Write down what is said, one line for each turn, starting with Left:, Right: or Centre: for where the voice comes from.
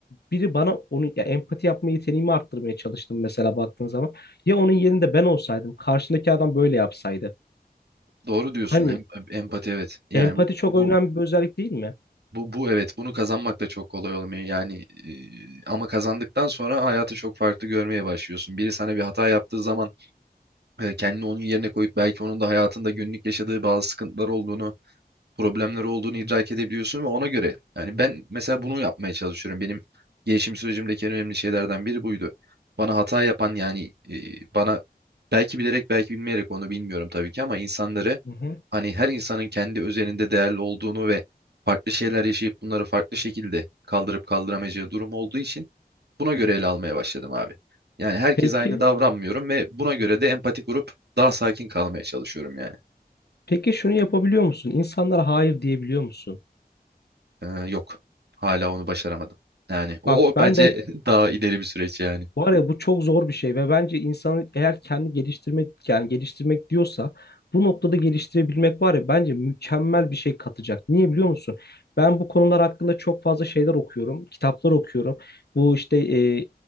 Left: Biri bana onu ya empati yapma yeteneğimi arttırmaya çalıştım mesela baktığın zaman. Ya onun yerinde ben olsaydım karşındaki adam böyle yapsaydı.
Right: Doğru diyorsun.
Left: Hani
Right: Em- empati evet. Yani
Left: empati
Right: bu,
Left: çok
Right: bu
Left: önemli
Right: bu
Left: bir özellik değil mi?
Right: bu bu evet bunu kazanmak da çok kolay olmuyor. Yani e, ama kazandıktan sonra hayatı çok farklı görmeye başlıyorsun. Biri sana bir hata yaptığı zaman e, kendini onun yerine koyup belki onun da hayatında günlük yaşadığı bazı sıkıntılar olduğunu problemler olduğunu idrak edebiliyorsun ve ona göre yani ben mesela bunu yapmaya çalışıyorum. Benim gelişim sürecimdeki en önemli şeylerden biri buydu. Bana hata yapan yani e, bana belki bilerek belki bilmeyerek onu bilmiyorum tabii ki ama insanları
Left: Hı hı.
Right: hani her insanın kendi özelinde değerli olduğunu ve farklı şeyler yaşayıp bunları farklı şekilde kaldırıp kaldıramayacağı durum olduğu için buna göre ele almaya başladım abi. Yani herkes
Left: Peki,
Right: aynı davranmıyorum ve buna göre de empati kurup daha sakin kalmaya çalışıyorum yani.
Left: peki şunu yapabiliyor musun? İnsanlara hayır diyebiliyor musun?
Right: Ee, yok. Hala onu başaramadım. Yani o,
Left: Bak
Right: o
Left: ben
Right: bence
Left: de
Right: <laughs> daha ileri bir süreç yani.
Left: Var ya bu çok zor bir şey ve bence insanı eğer kendi geliştirmek yani geliştirmek diyorsa bu noktada geliştirebilmek var ya bence mükemmel bir şey katacak. Niye biliyor musun? Ben bu konular hakkında çok fazla şeyler okuyorum, kitaplar okuyorum. Bu işte e,